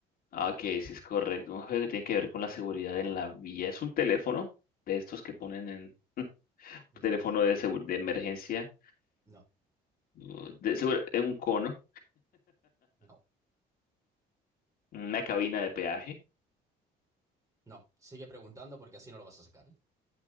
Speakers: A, on the left (about 60°); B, on the right (about 20°).
A: Ah, Ok, sí es correcto. Un juego que tiene que ver con la seguridad en la vía. Es un teléfono de estos que ponen en
B: no,
A: teléfono de, segu- de emergencia,
B: no,
A: uh, de, segura- en un cono,
B: no,
A: una cabina de peaje.
B: no. Sigue preguntando porque así no lo vas a sacar, ¿eh?